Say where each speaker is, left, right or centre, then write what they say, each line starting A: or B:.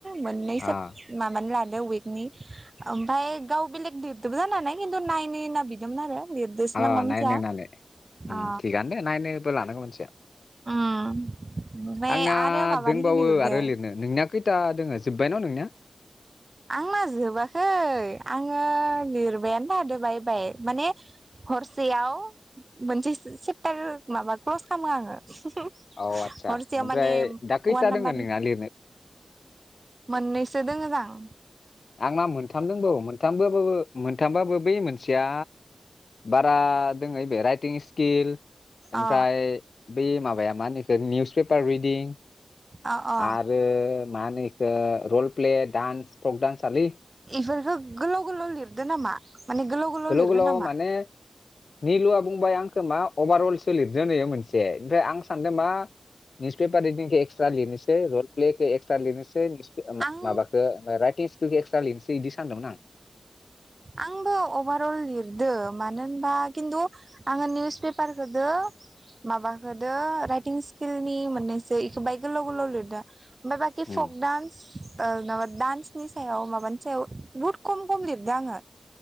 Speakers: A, on the right; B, on the left.
A: मोननैसो
B: अ
A: माबानो लादों उयकनि। ओमफ्राय गाव बेलेग लिरदोबो जानो हानाय खिन्थु नायनो होनना बिदोंमोन आरो। लिरदोसो
B: अ
A: नामा
B: नायनो
A: मिथिया
B: होननानै ओम
A: अ
B: थिगानो दे नायनोबो लानांगौ मानसिया।
A: उम ओमफ्राय
B: आंना
A: आरो माबानिखौ
B: दोंबावो
A: बिहरदो
B: आरो लिरनो नोंनिया खैथा दोङो जोबबाय न' नोंनिया?
A: आंना जोबाखै आङो लिरबायानो थादो बाइ बाइ माने हरसेयाव मोनसे सेबथार माबा क्लब खालामो आङो। <unintelligible>
B: औ आदसा
A: हरसेयाव
B: ओमफ्राय
A: माने अवान
B: दा खैथा
A: नाम्बारनि
B: दोङो नोंना लिरनो
A: मोननैसो दोङो। हां
B: आंना मोनथाम दोंबावोमोन। मोनथामबाबो मोनथामबाबो बै मोनसेया बारा दोङो बे राइटिं स्किल ओमफ्राय
A: अ
B: बे माबाया मा होनो निउस पेपार रिदिं
A: अ अ
B: आरो मा होनो एखो रल प्ले दानस भक लांस <unintelligible>
A: बिफोरखौ गोलाव गोलाव लिरदो नामा? माने
B: गोलाव
A: लिरगोन
B: गोलाव
A: नामा
B: माने निलुआ बुंबाय आं अभारअलसो लिरदोंनो इयो मोनसे ओमफ्राय आं सानदों मा निउस पेपार रिदिंखौ एक्सट्रा लिरनोसै रल प्लेखौ एक्स्रा लिरनोसै <unintelligible>
A: आं
B: माबाखौ राइथिं <unintelligible> एक्सट्रा लिनोसै बिदि सानदोंमोन आं
A: आंबो अभारअल लिरदों मानो होनबा खिन्थु आङो निउस पेपारखौजों माबाखौजों राइटिं स्किलनि मोननैसो इखौ बाहाय गोलाव गोलाव लिरदों आमफाय बाखि
B: उम
A: फक डान्स ओ माबा दान्सनि सायाव माबानि सायाव बुहुद खम खम लिरदों आङो